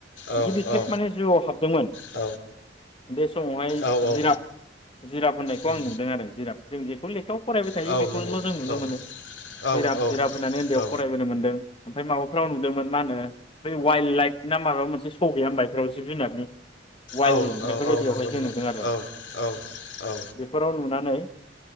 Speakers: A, on the left; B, on the left.
A: औ
B: गिबि खेब
A: औ
B: माने जुआव हाबदोंमोन
A: औ
B: बे समावहाय
A: औ
B: जिराब
A: औ
B: जिराब होननाय <unintelligible> आं नुदों
A: उम
B: आरो जों जेखौ लेखायाव फरायबाय थायो
A: औ
B: बेखौल'
A: नंगौ
B: जों नुनो
A: औ
B: मोनो
A: औ
B: जिराब
A: औ
B: जिराब होनानै उन्दैयाव
A: औ
B: फरायबोनो मोनदों ओमफ्राय माबाफ्राव नुदोंमोन मा होनो बै वाइल्ड लाइफ ना माबा मोनसेश' गैया होनबायफ्राव जिब जुनारनि वाइल्ड
A: औ औ
B: बेफोरबायदियावहाय
A: औ नंगौ नंगौ
B: जों नुदों आरो
A: औ औ औ
B: बेफोराव नुनानै